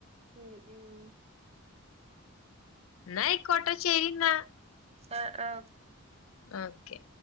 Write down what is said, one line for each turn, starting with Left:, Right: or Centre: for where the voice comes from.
Right: ഉം ഉം
Left: ന്നാ അയ്കോട്ടെ ശരിന്നാ
Right: അ ആഹ് ഓക്കെ
Left: ഓക്കെ